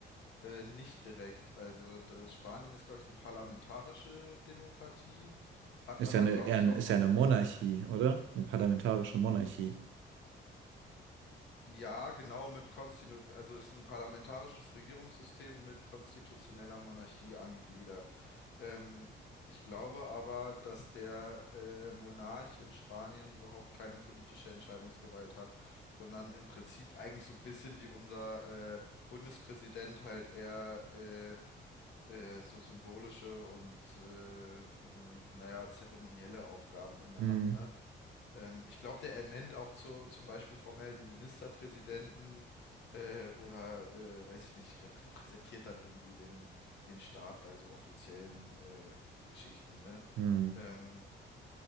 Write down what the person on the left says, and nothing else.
äh, nicht direkt. Also das Spanien ist, glaube ich, eine parlamentarische Demokratie, hat
aber,
glaube
ich,
auch
noch
Ja, genau, mit Konstinu also es ist ein parlamentarisches Regierungssystem mit konstitutioneller Monarchie angegliedert. Ähm, ich glaube aber, dass der äh, Monarch in Spanien überhaupt keine politische Entscheidungsgewalt hat, sondern im Prinzip eigentlich so ein bisschen wie unser äh, Bundespräsident halt eher äh, äh, so symbolische und äh, äh, naja, zeremonielle Aufgaben innehat,
ne? Ähm, ich glaube, der ernennt auch zu, zum Beispiel formell die Ministerpräsidenten äh, oder, äh, weiß ich nicht, rep- repräsentiert dann irgendwie den, den Staat bei so offiziellen äh, Geschichten, ne?
Ähm,